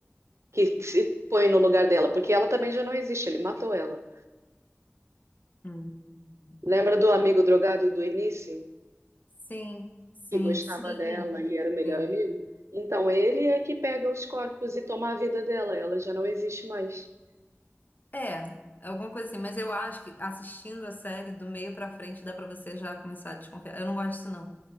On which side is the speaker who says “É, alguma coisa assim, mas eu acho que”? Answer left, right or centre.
Left